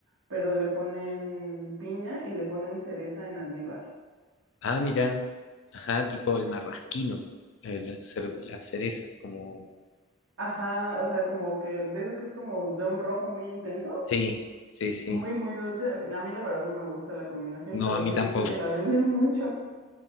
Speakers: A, on the right; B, on the left.
A: pero le ponen piña y le ponen cereza en almíbar.
B: Ah, mira. Ajá, tipo el marrasquino, eh, la, cer- la cereza, como...
A: Ajá, o sea, como que de esa que es como de un rojo muy intenso.
B: Sí, sí, sí.
A: muy, muy dulce. Así, a mí la verdad no me gusta la combinación,
B: No,
A: pero
B: a mí
A: sí
B: tampoco,
A: he visto que la venden <laughs> mucho.